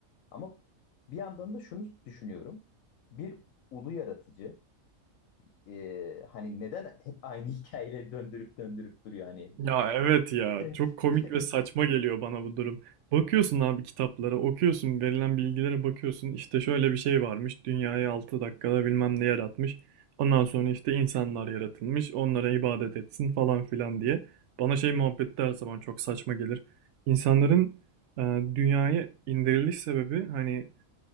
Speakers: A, on the left (about 75°); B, on the right (about 70°).
A: Ama bir yandan da şunu düşünüyorum. Bir ulu yaratıcı e, hani neden hep aynı <laughs> hikayeleri döndürüp döndürüp duruyor hani?
B: Ya evet ya
A: <laughs>
B: çok komik ve saçma geliyor bana bu durum. Bakıyorsun abi kitaplara, okuyorsun, verilen bilgilere bakıyorsun. İşte şöyle bir şey varmış. Dünyayı 6 dakikada bilmem ne yaratmış. Ondan sonra işte insanlar yaratılmış. Onlara ibadet etsin falan filan diye. Bana şey muhabbeti de her zaman çok saçma gelir. İnsanların e, dünyaya indiriliş sebebi hani